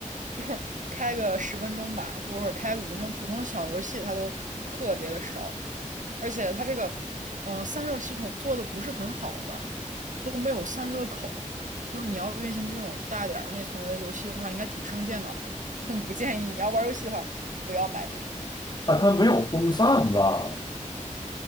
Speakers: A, on the right (about 70°); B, on the left (about 30°).
A: 就是开个十分钟吧，或者开五分钟，普通的小游戏它都特别的少，而且它这个嗯、呃散热系统做的不是很好吧，都没有散热口所以说你要运行这种大点儿内存的游戏的话，应该挺伤电脑的。<laughs> 不建议你要玩游戏的话，不要买这个。
B: 啊，它没有风扇吧？